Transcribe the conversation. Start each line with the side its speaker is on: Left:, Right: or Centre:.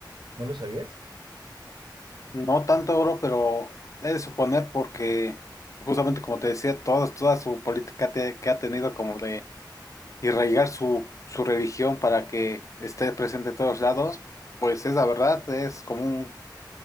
Right: ¿No lo sabías?
Left: no tanto oro, pero he de suponer porque justamente como te decía, todas toda su política te- que ha tenido como de y arraigar su, su religión para que esté presente en todos lados, pues es la verdad, es como un,